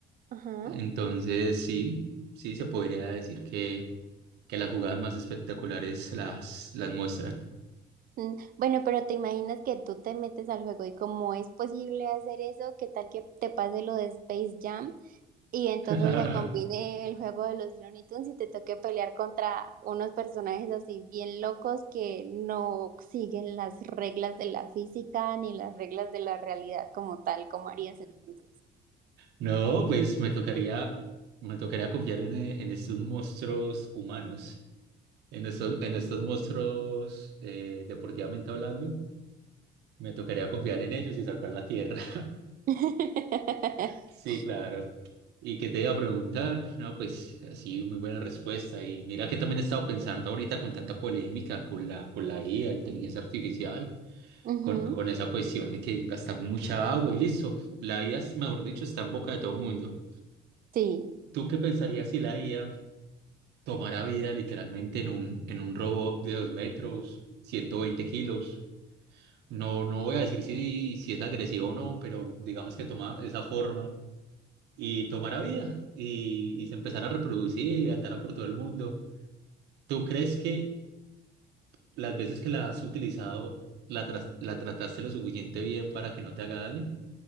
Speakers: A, on the right (about 55°); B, on the right (about 80°).
A: Ajá.
B: Entonces, sí, sí, se podría decir que, que las jugadas más espectaculares se las, las muestran.
A: Mm, Bueno, pero te imaginas que tú te metes al juego y como es posible hacer eso, ¿qué tal que te pase lo de Space Jam? Y entonces
B: <laughs>
A: se combine el juego de los Looney Tunes y te toque pelear contra unos personajes así bien locos que no siguen las reglas de la física ni las reglas de la realidad como tal, como harías entonces.
B: No, pues me tocaría, me tocaría confiar en, eh, en estos monstruos humanos, en estos, en estos monstruos eh, deportivamente hablando. Me tocaría confiar en ellos y salvar la tierra.
A: <laughs>
B: Sí, claro. ¿Y qué te iba a preguntar? No, pues así, muy buena respuesta. Y mira que también he estado pensando ahorita con tanta polémica con la, con la IA, inteligencia artificial,
A: Ujú,
B: con, con esa cuestión de que gastan mucha agua y listo. La IA, mejor dicho, está en boca de todo mundo.
A: Sí,
B: ¿Tú qué pensarías si la IA tomara vida literalmente en un, en un robot de dos metros, 120 kilos? No, no voy a decir si, si es agresivo o no, pero digamos que toma esa forma. y tomara vida y, y se empezara a reproducir y andara por todo el mundo. ¿Tú crees que las veces que la has utilizado la, tras- la trataste lo suficiente bien para que no te haga daño?